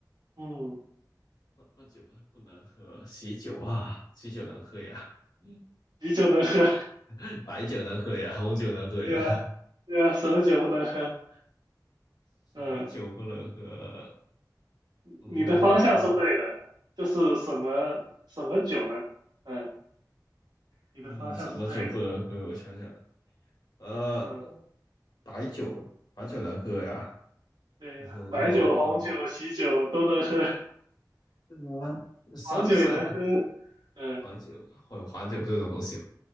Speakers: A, on the right; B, on the left.
A: 嗯，
B: 那那酒不能喝，喜酒啊，喜酒能喝呀，嗯，
A: 啤酒能喝，
B: <laughs> 白酒能喝呀，红酒能喝呀，
A: <laughs> 对啊，对啊，什么酒不能喝？
B: 什么酒不能喝？
A: 嗯，
B: 嗯，
A: 你的方向是对的，
B: 我想。
A: 就是什么什么酒呢？嗯，你的方向是对的，
B: 嗯，什么酒不能喝？我想想，呃，
A: 嗯，
B: 白酒，白酒能喝呀？
A: 对，
B: 还是说，
A: 白酒、红酒、
B: 呃，
A: 喜酒都能喝，
B: 对啊，
A: <laughs>
B: 三三
A: 黄酒也能喝，嗯。
B: 黄酒会有黄酒这种东西吗？